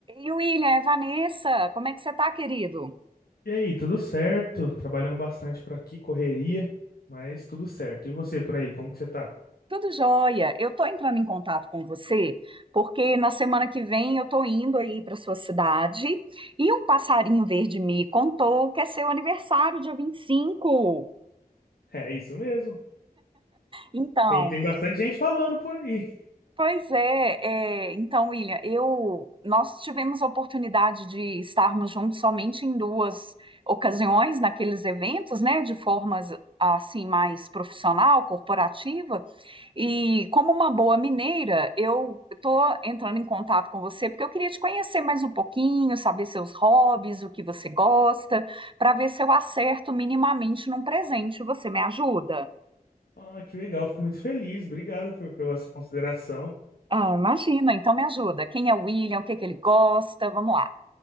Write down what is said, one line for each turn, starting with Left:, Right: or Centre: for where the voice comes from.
Right: E William, é Vanessa, como é que você tá, querido?
Left: E aí, tudo certo? Trabalhando bastante por aqui, correria, mas tudo certo. E você por aí, como que você tá?
Right: Tudo jóia. Eu tô entrando em contato com você porque na semana que vem eu tô indo aí para sua cidade e um passarinho verde me contou que é seu aniversário, dia 25.
Left: É isso mesmo.
Right: Então,
Left: Tem, tem bastante gente falando por aí.
Right: pois é, é, então, William, eu nós tivemos a oportunidade de estarmos juntos somente em duas ocasiões naqueles eventos, né, de formas assim mais profissional, corporativa. E como uma boa mineira, eu estou entrando em contato com você porque eu queria te conhecer mais um pouquinho, saber seus hobbies, o que você gosta, para ver se eu acerto minimamente num presente. Você me ajuda?
Left: Ah, que legal, fico muito feliz. Obrigado por, pela sua consideração.
Right: Ah, imagina, então me ajuda. Quem é o William? O que é que ele gosta? Vamos lá.